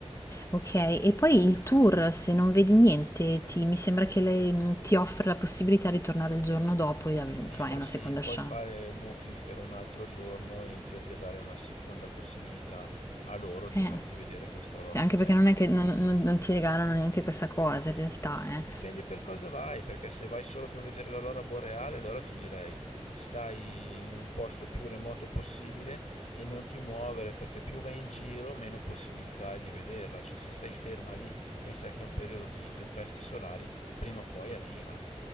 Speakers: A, on the left (about 25°); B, on the left (about 85°).
A: Ok, e poi il tour, se non vedi niente, ti- mi sembra che le- ti offre la possibilità di tornare il giorno dopo, e avere-
B: Di
A: insomma,
B: farsi
A: hai una seconda
B: puoi
A: chance.
B: fare booking per un altro giorno e in teoria dare una seconda possibilità a loro di
A: Eh,
B: farti vedere questa aurora
A: cioè,
B: boreale.
A: anche perché non è che non, non- non ti regalano neanche questa cosa in realtà, eh.
B: Dipende per cosa vai, perché se vai solo per vedere l'aurora boreale, allora ti direi stai in un posto più remoto possibile e non ti muovere, perché più vai in giro, meno possibilità hai di vederla. Cioè, se stai ferma lì e sai che è un periodo di tempeste solari, prima o poi arriva.